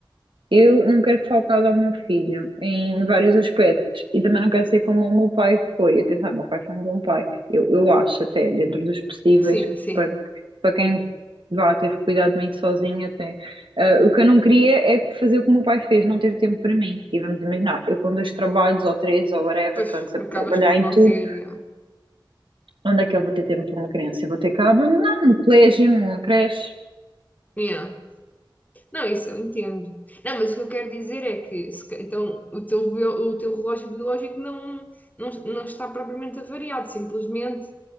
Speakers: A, on the right; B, on the left.
A: Eu não quero faltar ao meu filho em vários aspectos e também não quero ser como o meu pai foi. Atenção, o meu pai foi um bom pai. Eu, eu acho até, dentro dos possíveis,
B: Sim, sim.
A: para, para quem vá, teve que cuidar de mim sozinho até. Ah, o que eu não queria é fazer o que o meu pai fez, não ter tempo para mim. E vamos imaginar, eu com dois trabalhos ou três ou whatever,
B: Pois
A: que eu ando sempre
B: acabas
A: a trabalhar
B: por
A: em
B: não
A: tudo,
B: ter. yeah.
A: onde é que eu vou ter tempo para uma criança? Eu vou ter que a abandonar num colégio, numa creche.
B: Yeah. Não, isso eu entendo. Não, mas o que eu quero dizer é que se ca- então, o teu, bio- o teu relógio biológico não, não, não está propriamente avariado, simplesmente